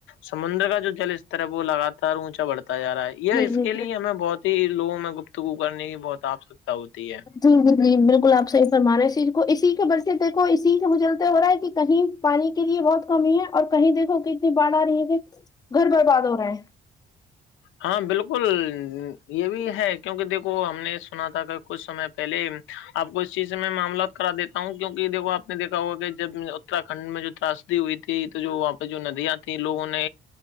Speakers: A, on the left; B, on the left.
A: سمندر کا جو جل استر ہے وہ لگاتار اونچا بڑھتا جا ہے
B: جی
A: یہ اس
B: جی
A: کے لیے ہمیں بہت لوگوں میں گپتگو کرنے کی بہت آوشکتا ہوتی ہے
B: جی جی جی بالکل آپ صح فرمانے ہیں کو اسی خبر سے دیکھو اسی سے اچلتے ہو رہا ہے کہ کہیں پانی کے لیے بہت کمی ہے اور کہیں دیکھو کہ اتنی باڑھ آ رہی ہے کہ گھر برباد ہو رہا ہے
A: ہاں بالکل یہ بھی ہے کیونکہ دیکھو ہم نے سنا تھا کہ کچھ سمے پہلے آپ کو اس چیز سے میں معاملات کرا دیتا ہوں کیوںک دیکھو آپ نے دیکا ہوا کہ جب اترھنڈ میں جو تاس ہوئی ت تو جو وہاں پہ جو ندیاں تھی لوگوں نے